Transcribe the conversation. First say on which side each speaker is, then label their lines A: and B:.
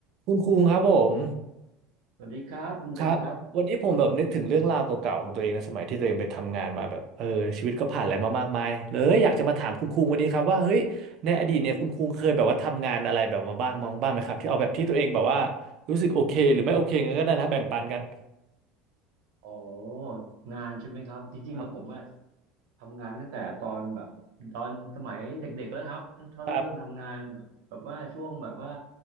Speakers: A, on the right; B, on the right.
A: คุณคุงครับผม
B: สวัสดีครับคุณเบนครับ
A: ครับวันนี้ผมแบบนึกถึงเรื่องราวเก่าๆของตัวเองนะสมัยที่ตัวเองไปทำงานมาแบบเออชีวิตก็ผ่านอะไรมามากมายเลยอยากจะมาถามคุณคุงวันนี้ครับว่าเฮ้ยในอดีตเนี่ยคุณคุงเคยแบบว่าทำงานอะไรแบบมาบ้างบ้างบ้างไหมครับที่เอาแบบที่ตัวเองแบบว่ารู้สึกโอเคหรือไม่โอเคงั้นก็ได้นะแบ่งปันกัน
B: อ๋องานใช่ไหมครับจริงๆอะผมอะ
A: ครับ
B: ทำงานตั้งแต่ตอนแบบตอนสมัยเด็กๆแล้วครับเขาเริ่มทำงานแบบแบบว่าช่วงแบบว่า
A: ครับ